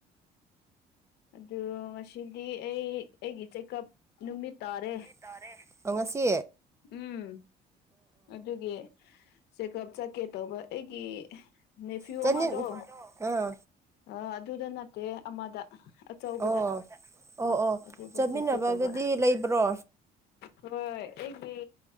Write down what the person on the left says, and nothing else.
ꯑꯗꯨ ꯉꯁꯤꯗꯤ ꯑꯩ ꯑꯩꯒꯤ ꯆꯦꯛꯀꯞ ꯅꯨꯃꯤꯠ ꯇꯥꯔꯦ
ꯎꯝ ꯑꯗꯨꯒꯤ ꯆꯦꯛꯀꯞ ꯆꯠ ꯀꯦ ꯇꯧꯕ ꯑꯩꯒꯤ ꯅꯦꯐꯤꯌꯨ
ꯑꯃꯗꯣ
ꯑ ꯑꯗꯨꯗ ꯅꯠꯇꯦ ꯑꯃꯗ ꯑꯆꯧꯕꯗ
ꯑꯗꯨꯗ
ꯆꯠꯀꯦ ꯇꯧꯕ
ꯍꯣꯏ ꯑꯩꯒꯤ